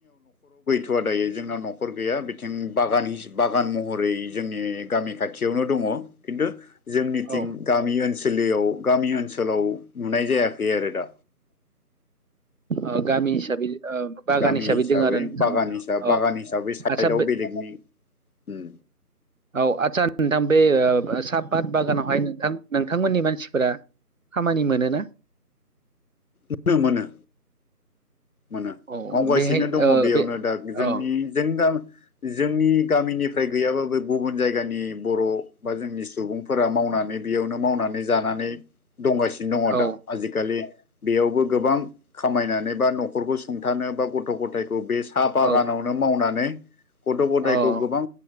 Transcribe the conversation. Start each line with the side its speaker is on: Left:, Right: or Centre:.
Left: अ दायो जोंनाव न'खर गैया बिथिं बागान बागान महरै जोंनि गामि खाथियावनो दङ अ खिनथु जोंनिथिं
Right: औ
Left: गामि ओनसोलयाव गामि ओनसोलाव नुनाय जायाखै आरो दा
Right: अ गामि हिसाबै ओ बागान
Left: गामि हिसाबै
Right: दोङो आरो नोंथांमोननियाव
Left: बागान हिसाबै
Right: औ
Left: बागान हिसाबै साइदआव
Right: आदसा
Left: बेले हम
Right: औ आतसा नोंथां बे साहा पात बागानाव बेहाय नोंथां नोंथांमोननि मानसिफोरा खामानि मोनोना
Left: मोन मोनो मोनो
Right: औ
Left: मावगासिनो
Right: बेहाय
Left: दङ
Right: ओ
Left: बेयावनो
Right: बे
Left: दा जोंनि
Right: औ
Left: जों जोंनि गामिनि फ्राय गैयाबाबो गुबुन जायगानि बर' बा जोंनि सुबुंफोरा मावनानै बेयावनो मावनानै जानानै दंगासिनो दङ
Right: औ
Left: दा आजिखालि बेयावबो गोबां खामायनानै बा न'खरखौ सुंथानो बा गथ' गथ' गथायखौ बे साहा बागानावनो
Right: औ
Left: मावनानै गथ' गथायखौ
Right: औ
Left: गोबां